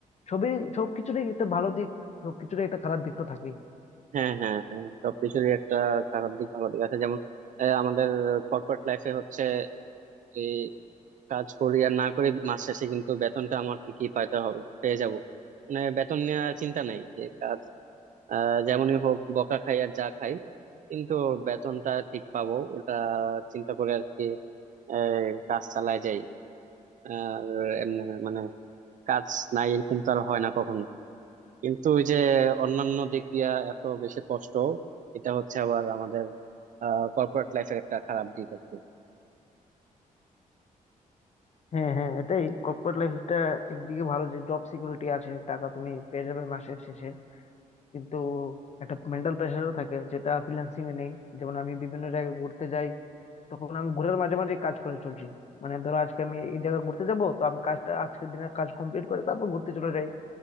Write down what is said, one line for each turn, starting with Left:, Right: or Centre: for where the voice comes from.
Left: সবই সবকিছুরই একটা ভালো দিক সবকিছুরই একটা খারাপ দিক তো থাকেই
Right: হ্যাঁ হ্যাঁ হ্যাঁ সবকিছুরই একটা খারাপ দিক ভালো দিক আছে যেমন আহ, আমাদের কর্পোরেট লাইফে হচ্ছে যে কাজ করি আর না করি মাস শেষে কিন্তু বেতনটা আমার কি কি পাইতে হবে পেয়ে যাব মানে বেতন নেওয়ার চিন্তা নাই যে কাজ আহ, যেমনই হোক বকা খাই আর যা খাই কিন্তু বেতনটা ঠিক পাবো ওটা চিন্তা করে আর কি এই কাজ চালায় যাই আর এমনি মানে কাজ নাই এরকম তো আর হয় না কখনো কিন্তু ওই যে অন্যান্য দিক দিয়া এত বেশি কষ্ট এটা হচ্ছে আবার আমাদের কর্পোরেট লাইফের একটা খারাপ দিক আছে
Left: হ্যাঁ হ্যাঁ এটাই কর্পোরেট লাইফটা একদিকে ভালো যে জব সিকিউরিটি আছে টাকা তুমি পেয়ে যাবে মাসের শেষে কিন্তু একটা মেন্টাল প্রেশারও থাকে যেটা ফ্রিল্যান্সিং এ নেই যেমন আমি বিভিন্ন জায়গায় ঘুরতে যাই তখন আমি ঘোরের মাঝে মাঝে কাজ করে চলছি মানে ধরো আজকে আমি এই জায়গায় ঘুরতে যাব তো আমি কাজটা আজকের দিনের কাজ কমপ্লিট করে তারপর ঘুরতে চলে যাই